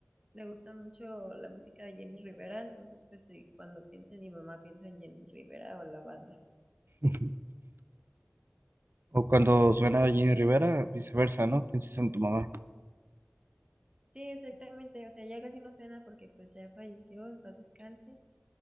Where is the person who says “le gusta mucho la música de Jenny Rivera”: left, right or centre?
Right